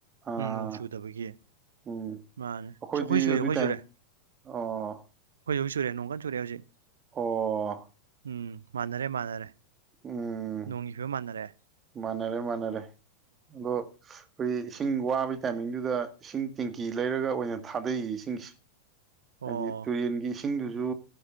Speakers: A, on the right; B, on the right.
A: ꯑꯥ
B: ꯅꯣꯡ ꯆꯨꯗꯕꯒꯤ
A: ꯎꯝ
B: ꯃꯥꯅꯦ
A: ꯑꯩꯈꯣꯏꯗꯤ
B: ꯑꯩꯈꯣꯏ ꯁꯨꯔꯦ
A: ꯑꯗꯨꯏ
B: ꯑꯩꯈꯣꯏ
A: ꯇꯥꯏꯝ
B: ꯁꯨꯔꯦ
A: ꯑꯣ
B: ꯑꯩꯈꯣꯏ ꯍꯧꯖꯤꯛ ꯁꯨꯔꯦ ꯅꯣꯡ ꯀꯥꯟ ꯆꯨꯔꯦ ꯍꯧꯖꯤꯛ
A: ꯑꯣ ꯑꯣ
B: ꯎꯝ ꯃꯥꯟꯅꯔꯦ ꯃꯥꯟꯅꯔꯦ
A: ꯎꯝ
B: ꯅꯣꯡꯆꯨꯕ ꯃꯥꯟꯅꯔꯦ
A: ꯃꯥꯟꯅꯔꯦ ꯃꯥꯟꯅꯔꯦ ꯑꯗꯣ ꯑꯩꯈꯣꯏ ꯏꯁꯤꯡ ꯋꯥꯕꯒꯤ ꯇꯥꯏꯃꯤꯡꯗꯨꯗ ꯏꯁꯤꯡ ꯇꯦꯡꯀꯤ ꯂꯩꯔꯒ ꯑꯣꯏꯅ ꯊꯥꯗꯩꯌꯦ ꯏꯁꯤꯡ
B: ꯑꯣ
A: ꯍꯥꯏꯗꯤ ꯇꯨꯔꯦꯟꯒꯤ ꯏꯁꯤꯡꯗꯨꯁꯨ